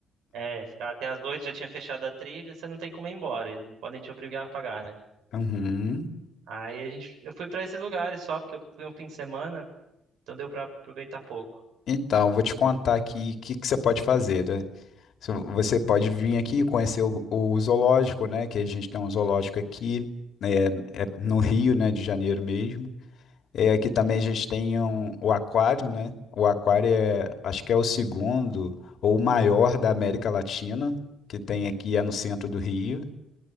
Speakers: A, on the right; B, on the left.
A: É, ficar até as oito, já tinha fechado a trilha, você não tem como ir embora, eles não podem te obrigar a pagar, né?
B: Uhum.
A: Aí a gente, eu fui pra esses lugares só porque eu fui um fim de semana, então deu pra aproveitar pouco.
B: Então, vou te contar aqui o que, que você pode fazer, né? Se vo- Você pode vir aqui conhecer o, o zoológico, né? Que a gente tem um zoológico aqui, né? É é no Rio, né? De Janeiro mesmo. É, aqui também a gente tem um- o aquário, né? O aquário é, acho que é o segundo ou o maior da América Latina, que tem aqui é no centro do Rio.